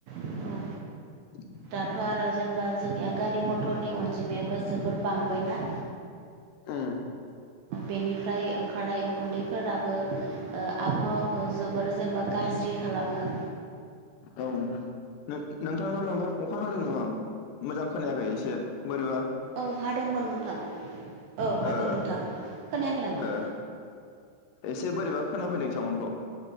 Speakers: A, on the right; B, on the left.
A: औ
B: <inaudible>
A: दाथ' आरो जेनेबा जोंनिया गारि मथरनि अनजिमायाबो जोबोर बांबायना
B: ओ
A: बेनिफ्राय ओंखारनाय उखुन्दैफोराबो ओ आबहावाखौ जोबोर जेनेबा गाज्रि खालामो
B: औ नोंथां नोंथांना माबा अखा हादों नामा मोजां खोनायाखै एसे बोरा
A: औ हादोंमोन नोंथां औ हादों
B: ओ
A: नोंथां खोनायाखै नामा?
B: ओ एसे बोरैबा खोना फैदों सावनखौ